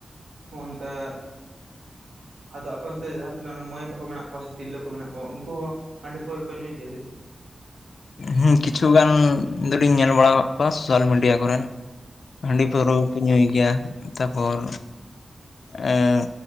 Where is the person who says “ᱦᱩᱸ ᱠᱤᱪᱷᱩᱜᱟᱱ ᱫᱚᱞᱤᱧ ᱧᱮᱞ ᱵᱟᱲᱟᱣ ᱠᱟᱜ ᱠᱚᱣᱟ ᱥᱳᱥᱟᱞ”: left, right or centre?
Left